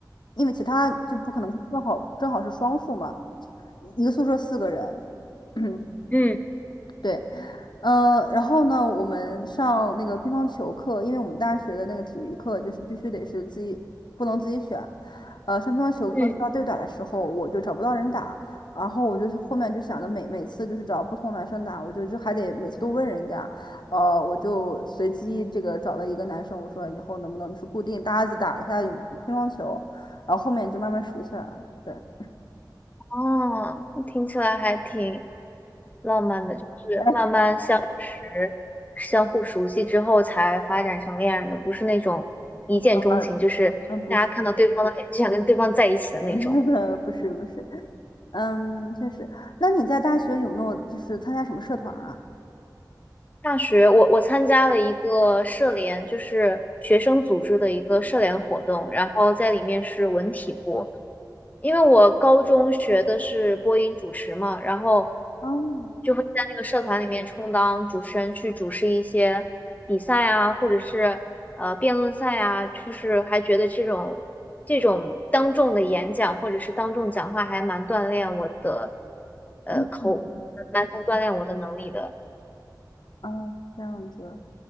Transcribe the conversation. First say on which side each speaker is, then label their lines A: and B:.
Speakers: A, on the left; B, on the left.
A: 因为其他就不可能是正好正好是双宿嘛，一个宿舍四个人，<clears throat>
B: 嗯
A: 对，呃，然后呢，我们上那个乒乓球课，因为我们大学的那个体育课就是必须得是自己，不能自己选。呃，上乒乓球课是要对打的时候，
B: 嗯。
A: 我就找不到人打，然后我就是后面就想着每每次就是找不同男生打，我就就还得每次都问人家，呃，我就随机这个找了一个男生，我说以后能不能就是固定搭子打一下乒乓球，然后后面就慢慢熟起来了。对，<laughs>
B: 哦，那听起来还挺浪漫的，就是慢慢相识、
A: 哎，
B: 相互熟悉之后才发展成恋人的，不是那种一见钟情，
A: 呃，
B: 就是大家看到对方的脸就想跟对方在一起的那种。
A: 嗯，不是，<laughs> 那个不是，不是。嗯，确实。那你在大学有没有就是参加什么社团啊？
B: 大学我我参加了一个社联，就是学生组织的一个社联活动，然后在里面是文体部，因为我高中学的是播音主持嘛，然后
A: 哦，
B: 就会在那个社团里面充当主持人，去主持一些比赛啊，或者是呃辩论赛啊，就是还觉得这种这种当众的演讲或者是当众讲话还蛮锻炼我的呃口，
A: 嗯，
B: 蛮能锻炼我的能力的。
A: 哦，这样子。